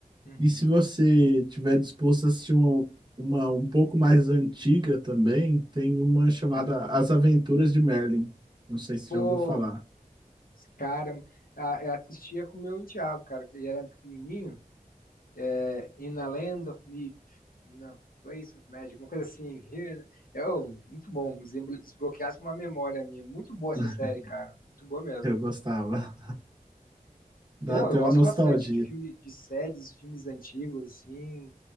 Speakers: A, on the left; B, on the right.
A: Uhum.
B: E se você tiver disposto a assistir uma, uma um pouco mais antiga também, tem uma chamada
A: A-
B: As Aventuras de Merlin. Não sei se
A: Pô,
B: já ouviu falar.
A: cara, a- eu assistia com o meu enteado, cara. Ele era pequenininho. É, In a Land of Myth, In a Place of Magic, uma coisa assim. Here, é, oh, muito bom. desembl- Desbloqueasse uma memória minha. Muito boa essa
B: <laughs>
A: série, cara. Muito boa mesmo.
B: Eu gostava. Dá
A: Não,
B: até
A: eu gosto
B: uma nostalgia.
A: bastante de filme, de séries, filmes antigos, assim.